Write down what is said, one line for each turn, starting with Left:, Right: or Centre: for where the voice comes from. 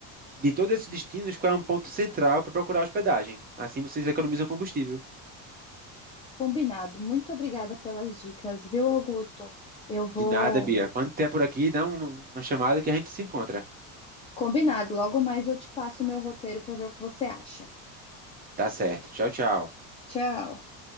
Right: de todos esses destinos qual é um ponto central para procurar hospedagem. Assim vocês economizam combustível.
Left: Combinado. Muito obrigada pelas dicas, viu, Augusto? Eu vou
Right: De nada, Bia. Quando tiver por aqui, dá um- uma chamada que a gente se encontra.
Left: Combinado, logo mais eu te passo o meu roteiro para ver o que você acha.
Right: Tá certo. Tchau, tchau.
Left: Tchau.